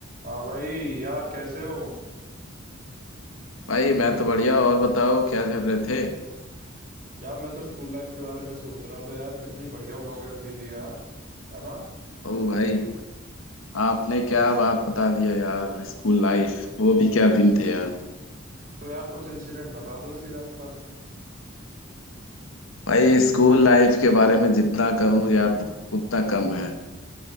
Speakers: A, on the right; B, on the left.
A: हाँ भाई यार कैसे हो
B: भाई मैं तो बढ़िया और बताओ क्या कर रहे थे
A: यार मैं तो स्कूल लाइफ के बारे में सोच रहा था यार कितनी बढ़िया हुआ करती थी यार है ना
B: ओ भाई आपने क्या बात बता दिया यार स्कूल लाइफ वो भी क्या दिन थे यार
A: तो यार कुछ इंसिडेंट बता दो इसी बात पर
B: भाई स्कूल लाइफ के बारे में जितना कहूँ यार उतना कम है